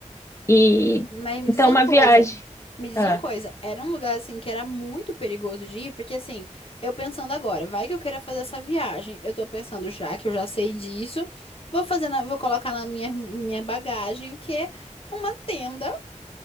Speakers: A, on the left (about 20°); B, on the left (about 45°).
A: E
B: Mas me
A: então
B: diz uma
A: uma
B: coisa.
A: viagem.
B: Me diz
A: Ah,
B: uma coisa. Era um lugar assim que era muito perigoso de ir, porque assim, eu pensando agora, vai que eu queira fazer essa viagem. Eu tô pensando já que eu já sei disso. Vou fazer na- vou colocar na minha, minha bagagem o quê? Uma tenda,